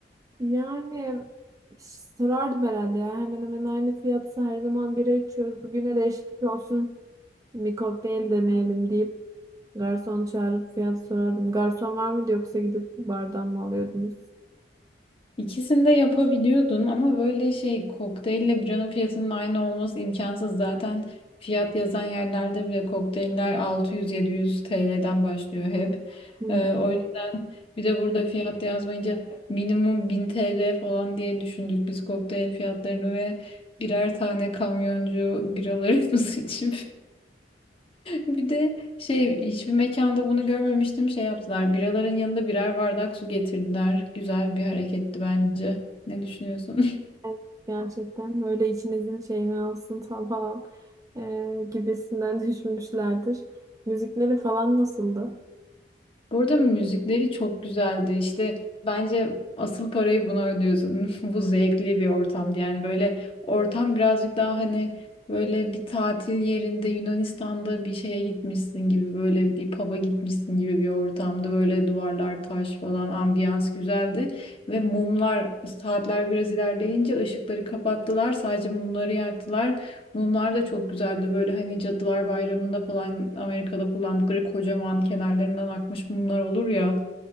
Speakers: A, on the right; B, on the left.
A: Yani sorardım herhalde ya. Hemen hemen aynı fiyatsa her zaman bira içiyoruz. Bugüne değişiklik olsun. Bir kokteyl deneyelim deyip garson çağırıp fiyat sorardım. Garson var mıydı yoksa gidip bardan mı alıyordunuz?
B: İkisini de yapabiliyordun ama böyle şey kokteylle biranın fiyatının aynı olması imkansız. Zaten fiyat yazan yerlerde bile kokteyller 600-700 TL'den başlıyor hep.
A: Hı.
B: Ee, o yüzden bir de burada fiyat yazmayınca minimum 1000 TL falan diye düşündük biz kokteyl fiyatlarını ve birer tane kamyoncu biralarımız <laughs> için Bir de şey hiçbir mekanda bunu görmemiştim şey yaptılar. Biraların yanında birer bardak su getirdiler. Güzel bir hareketti bence. Ne düşünüyorsun?
A: Evet, gerçekten öyle içinizin şeyini alsın ta- falan e, gibisinden <laughs> düşünmüşlerdir. Müzikleri falan nasıldı?
B: Burada müzikleri çok güzeldi. İşte bence asıl parayı buna ödüyorsun. <laughs> Bu zevkli bir ortamdı. Yani böyle ortam birazcık daha hani böyle bir tatil yerinde Yunanistan'da bir şeye gitmişsin gibi böyle bir pub'a gitmişsin gibi bir ortamda böyle duvarlar taş falan ambiyans güzeldi. Ve mumlar saatler biraz ilerleyince ışıkları kapattılar sadece mumları yaktılar. Mumlar da çok güzeldi. Böyle hani Cadılar Bayramı'nda falan Amerika'da kullandıkları kocaman kenarlarından akmış mumlar olur ya.